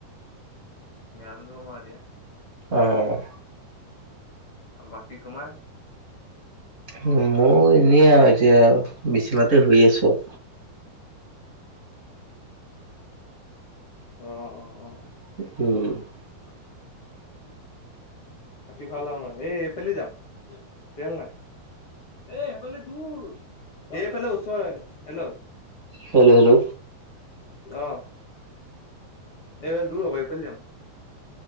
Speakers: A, on the left (about 45°); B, on the right (about 45°).
A: গা টো ধুওঁ মই এতিয়া
B: অ'
A: বাকী তোমাৰ?
B: মোৰ এনেই আৰু এতিয়া, বিছনাতে শুই আছো।
A: অ'
B: উম
A: বাকি ভাল আৰু নে? এই এইফেলি যাম, তেল নাই। এইফালে ওচৰ, হেল্ল' অ',
B: হেল্ল' হেল্ল'।
A: অ। এই দূৰ হ'ব, এইফালি যাম।